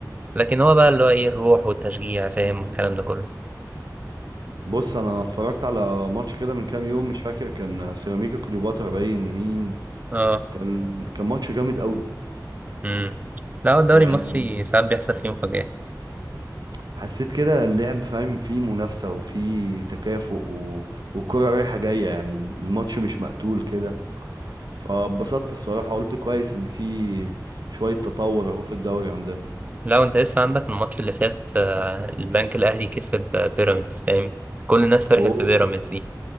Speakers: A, on the right; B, on the right.
A: لكن هو بقى اللي هو ايه الروح والتشجيع فاهم والكلام ده كله
B: بص انا اتفرجت على ماتش كده من كام يوم مش فاكر كان سيراميكا كليوباترا باين ومين
A: اه
B: كان كان ماتش جامد قوي
A: امم لا هو الدوري
B: يعني
A: المصري ساعات بيحصل فيه مفاجآت
B: حسيت كده اللعب فاهم فيه منافسة وفيه تكافؤ و... والكرة رايحة جاية يعني الماتش مش مقتول كده فبسطت الصراحة قلت كويس إن في شوية تطور أهو في الدوري عندنا
A: لو انت لسه عندك الماتش اللي فات آه، البنك الاهلي كسب آه، بيراميدز فاهم كل الناس فرحت
B: أوه
A: في بيراميدز دي